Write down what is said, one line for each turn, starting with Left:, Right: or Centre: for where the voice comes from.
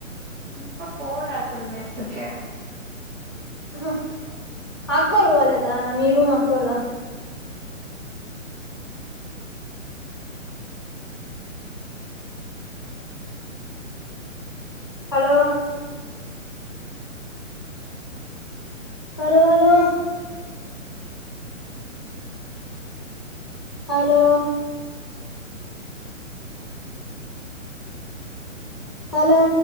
Right: కా పోలే అసలు మెస్ కే
Left: ఆహా అక్కోళ్ళు పోలేదా మీ రూమ్ అక్కళ్ళ hello. Hello, hello, hello, hello,